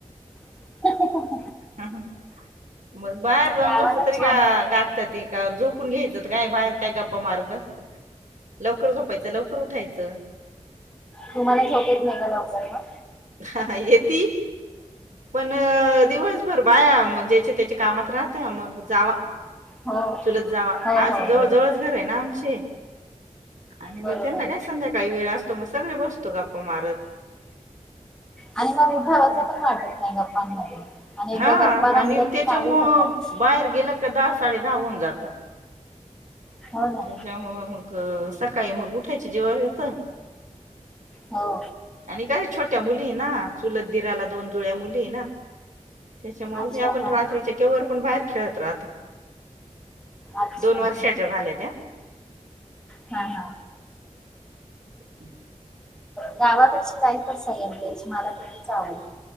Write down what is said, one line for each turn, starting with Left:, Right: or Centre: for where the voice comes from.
Centre: <unintelligible>
Right: <unintelligible> मग बाहेर जाऊन
Centre: गावाला
Right: बसलं तरी,
Centre: छान
Right: गा
Centre: वाटत
Right: गातते ती का झोपून घ्यायचं ते काय? बाहेर काय गप्पा मारत बसती. लवकर झोपायच लवकर उठायचं
Centre: तुम्हाला झोप येत, नाही का लवकर मग.
Right: हाहा.. येती पण दिवसभर बाया ज्याचा त्याच्या कामात राहत मग. जावा.
Centre: हो हो हो
Right: चुलत जावा असं,
Centre: बरोबर
Right: जवळ जवळच घर आहे ना आमची. आणि मग
Centre: बरोबर
Right: त्यांना काय संध्याकाळी वेळ असत मग सगळे बसतो गप्पा मारत.
Centre: आणि मग उठाव असं, पण वाटत नाही गप्पांमध्ये. आणि एकदा
Right: हा,
Centre: गप्पा
Right: आणि
Centre: रंगल्या की
Right: त्याच्यामुळ
Centre: चालूच होतात
Right: बाहेर गेला दहा साडे दहा होऊन जातात.
Centre: हो ना
Right: त्याच्यामुळ मग. सकाळी मग उठायची जिव्हावर येत.
Centre: हो
Right: आणि काय, छोट्या मुली ना चुलत दिराला दोन जुळ्या मुली ना, त्याच्यामुळे
Centre: अच्छा
Right: आपण
Centre: हा
Right: रात्रीच्या
Centre: हा
Right: केवर पण बाहेर खेळत राहता.
Centre: अच्छा
Right: दोन वर्षाच्या झाल्या त्या.
Centre: हा हा.
Right: <inaudible>
Centre: गावाकडची लाईफच सगळ्यात बेस्ट, मला तर तिच आवडते.